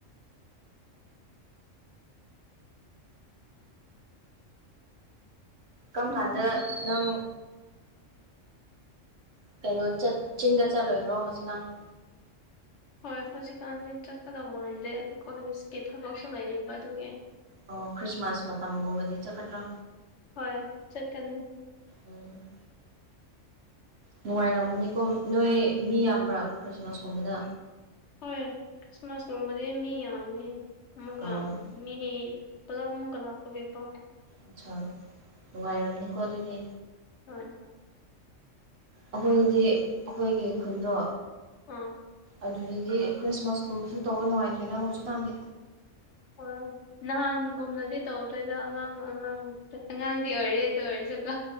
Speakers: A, on the right; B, on the left.
A: ꯀꯝ
B: ꯎꯝ
A: ꯀꯥꯟꯗ ꯅꯪ ꯀꯩꯅꯣꯠ ꯆꯤꯡꯗ ꯆꯠꯂꯣꯏꯗ꯭ꯔꯣ ꯍꯧꯖꯤꯛꯀꯥꯟ
B: ꯍꯣꯏ ꯍꯧꯖꯤꯛꯀꯥꯟꯗꯤ ꯆꯠꯀꯗꯧ ꯃꯥꯟꯗꯦ ꯀꯣꯂꯦꯖꯀꯤ ꯊꯕꯛꯁꯨ ꯂꯩ ꯑꯗꯨꯒꯤ
A: ꯑꯣ ꯈ꯭ꯔꯤꯁꯃꯥꯁ ꯃꯇꯝꯒꯨꯝꯕꯗꯤ ꯆꯠꯀꯗ꯭ꯔꯥ
B: ꯍꯣꯏ ꯆꯠꯀꯅꯤ
A: ꯎꯝ ꯅꯨꯡꯉꯥꯏꯔꯝꯒꯅꯤꯀꯣ ꯅꯣꯏ ꯃꯤ ꯌꯥꯝꯕ꯭ꯔꯥ ꯈ꯭ꯔꯤꯁꯃꯥꯁꯀꯨꯝꯕꯗ
B: ꯍꯣꯏ ꯈ꯭ꯔꯤꯁꯃꯥꯁꯀꯨꯝꯕꯗꯤ ꯃꯤ ꯌꯥꯝꯃꯤ ꯑꯃꯨꯛꯀ
A: ꯑꯣ
B: ꯃꯤ ꯄꯂꯃꯨ ꯀ ꯂꯥꯛꯀꯒꯦ ꯄꯥꯎ
A: ꯑꯆꯥꯥ ꯅꯨꯡ ꯋꯥꯥꯏꯔꯝꯅꯤꯀꯣ ꯑꯗꯨꯗꯤ
B: ꯍꯣꯏ
A: ꯑꯩꯈꯣꯏꯒꯤꯗꯤ ꯑꯩꯈꯣꯏꯒꯤ ꯈꯨꯟꯗꯣ
B: ꯑꯥ
A: ꯑꯗꯨꯗꯗꯤ ꯈ꯭ꯔꯤꯁꯃꯥꯁꯀꯨꯝꯕꯁꯨ ꯇꯧꯕ ꯅꯨꯡꯉꯥꯏꯇ꯭ꯔꯦꯗ ꯍꯧꯖꯤꯛꯀꯥꯟꯗꯤ
B: ꯑꯥ ꯅꯍꯥꯟꯒꯨꯝꯅꯗꯤ ꯇꯧꯗ꯭ꯔꯦꯗ ꯑꯉꯥꯡ ꯑꯉꯥꯡ ꯑꯉꯥꯡꯗꯤ ꯑꯣꯏꯔꯤ ꯗꯨ ꯑꯣꯏꯔꯁꯨ ꯀꯣ